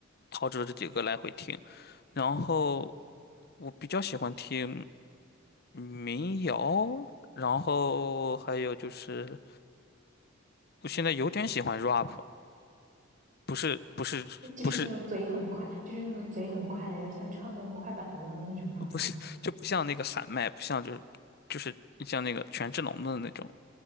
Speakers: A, on the left; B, on the right.
A: 陶喆这几个来回听，然后我比较喜欢听民谣，然后还有就是我现在有点喜欢 rap，不是不是不是
B: 就是那种嘴很快，就是那种嘴很快的，就像唱段快板一样的那种 rap。
A: 不是，就不像那个喊麦，不像就是就是像那个权志龙的那种